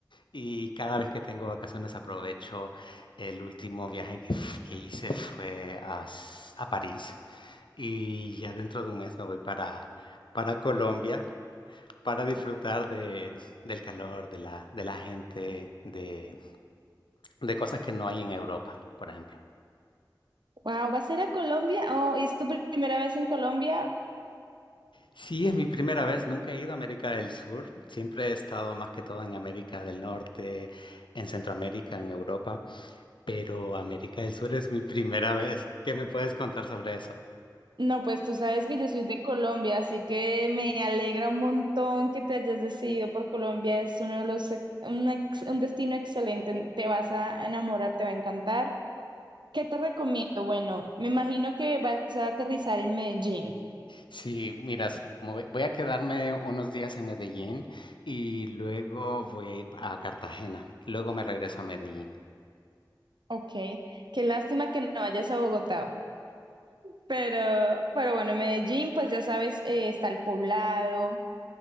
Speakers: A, on the left (about 85°); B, on the right (about 70°).
A: Y cada vez que tengo vacaciones aprovecho. El último viaje que, f- que hice fue a, S- a París. Y ya dentro de un mes me voy para, para Colombia para disfrutar de, del calor, de la, de la gente, de, de cosas que no hay en Europa, por ejemplo.
B: Wow, ¿vas a ir a Colombia? Oh, ¿es tu primera vez en Colombia?
A: Sí, es mi primera vez, nunca he ido a América del Sur, siempre he estado más que todo en América del Norte, en Centroamérica, en Europa, pero América del Sur es mi primera vez. ¿Qué me puedes contar sobre eso?
B: No, pues tú sabes que yo soy de Colombia, así que me alegra un montón que te hayas decidido por Colombia. Es uno de los, ex- un, ex- un destino excelente. Te vas a enamorar, te va a encantar. ¿Qué te recomiendo? Bueno, me imagino que vas a aterrizar en Medellín.
A: Sí, miras, voy voy a quedarme unos días en Medellín y luego voy a ir a Cartagena. Luego me regreso a Medellín.
B: Ok, qué lástima que no vayas a Bogotá. Pero, pero bueno, en Medellín, pues ya sabes, eh, está el Poblado.